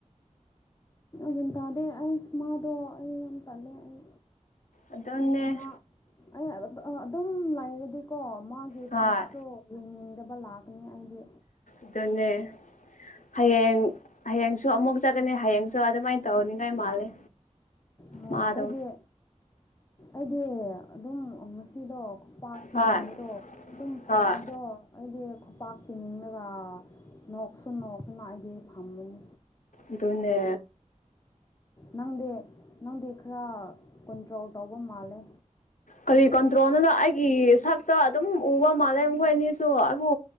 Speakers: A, on the left; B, on the left.
A: ꯒ꯭ꯌꯥꯟ ꯇꯥꯗꯦ ꯑꯩꯁ ꯃꯥꯗꯣ ꯑꯩ ꯌꯥꯝ ꯇꯜꯂꯦ ꯑꯩ
B: ꯑꯗꯨꯅꯦ
A: ꯃꯥ ꯑꯩ ꯍꯥꯏꯕ ꯑ ꯑꯗꯨꯝ ꯂꯩꯔꯗꯤꯀꯣ ꯃꯥꯒꯤ
B: ꯍꯣꯏ
A: ꯁꯛꯁꯨ ꯌꯦꯡꯅꯤꯡꯗꯕ ꯂꯥꯛꯀꯅꯤ ꯑꯩꯗꯤ
B: ꯑꯗꯨꯅꯦ ꯍꯌꯦꯡ ꯍꯌꯦꯡꯁꯨ ꯑꯃꯨꯛ ꯆꯠꯀꯅꯤ ꯍꯌꯦꯡꯁꯨ ꯑꯗꯨꯃꯥꯏꯅ ꯇꯧꯅꯤꯡꯉꯥꯏ ꯃꯥꯜꯂꯦ
A: ꯍꯣꯏ
B: ꯃꯥꯗꯣ
A: ꯑꯩꯗꯤ ꯑꯩꯗꯤ ꯑꯗꯨꯝ ꯉꯁꯤꯗꯣ ꯄꯥꯛꯄꯤꯅꯤꯡꯕꯗꯣ
B: ꯍꯣꯏ
A: ꯑꯗꯨꯝ ꯐꯝꯕꯗꯣ
B: ꯍꯣꯏ
A: ꯑꯩꯗꯤ ꯈꯨꯄꯥꯛ ꯄꯤꯅꯤꯡꯂꯒ ꯅꯣꯛꯁꯨ ꯅꯣꯛꯇꯅ ꯑꯩꯗꯤ ꯊꯝꯃꯅꯤ
B: ꯑꯗꯨꯅꯦ
A: ꯅꯪꯗꯤ ꯅꯪꯗꯤ ꯈꯔ ꯀꯨꯟꯇ꯭ꯔꯣꯜ ꯇꯧꯕ ꯃꯥꯜꯂꯦ
B: ꯀꯔꯤ ꯀꯟꯇ꯭ꯔꯣꯜꯗꯅꯣ ꯑꯩꯒꯤ ꯁꯛꯇꯣ ꯑꯗꯨꯝ ꯎꯕ ꯃꯥꯜꯂꯦ ꯃꯈꯣꯏ ꯑꯅꯤꯁꯨ ꯑꯩꯕꯨ